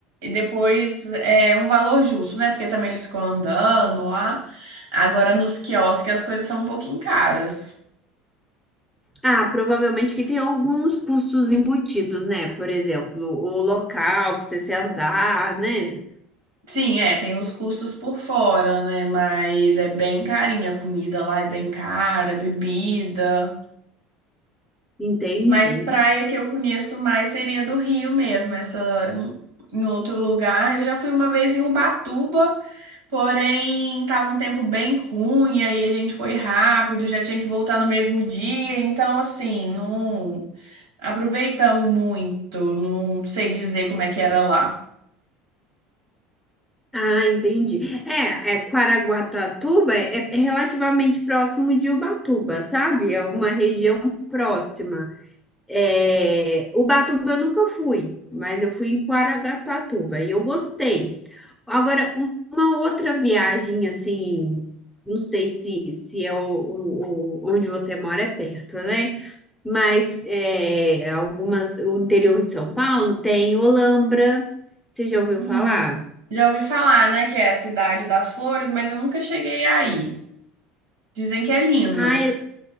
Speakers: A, on the right; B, in the centre.
A: depois é um valor justo, né? Porque também eles ficam andando lá. Agora nos quiosques as coisas são um pouquinho caras.
B: Ah, provavelmente que tem alguns custos embutidos, né? Por exemplo, o local para você sentar, né?
A: Sim, é, tem os custos por fora, né? Mas é bem carinha a comida lá, é bem cara, bebida.
B: Entendi.
A: Mas praia que eu conheço mais seria do Rio mesmo, essa em outro lugar. Eu já fui uma vez em Ubatuba, porém tava um tempo bem ruim, aí a gente foi rápido, já tinha que voltar no mesmo dia, então assim, não aproveitamos muito, não sei dizer como é que era lá.
B: Ah, entendi. É, é Caraguatatuba é é relativamente próximo de Ubatuba, sabe? É uma região próxima. É, Ubatuba eu nunca fui, mas eu fui em Caraguatatuba e eu gostei. Agora, um- uma outra viagem assim, não sei se, se é o, o- o- onde você mora é perto, né? Mas é, algumas, o interior de São Paulo tem Olambra, você já ouviu
A: Hum.
B: falar?
A: Já ouvi falar, né, que é a cidade das flores, mas eu nunca cheguei aí. Dizem que é lindo.
B: Ah,